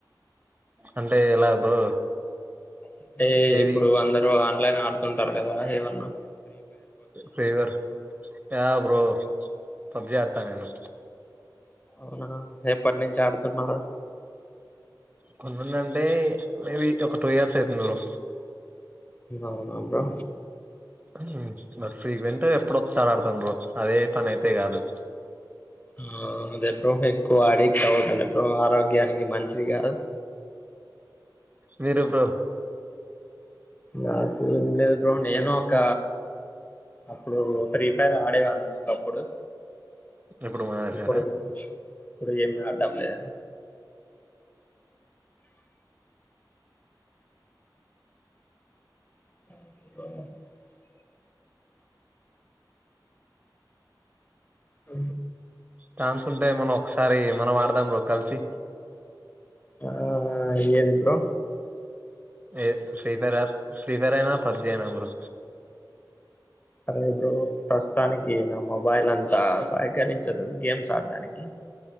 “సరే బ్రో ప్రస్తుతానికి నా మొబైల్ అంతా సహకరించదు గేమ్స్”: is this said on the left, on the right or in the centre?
Left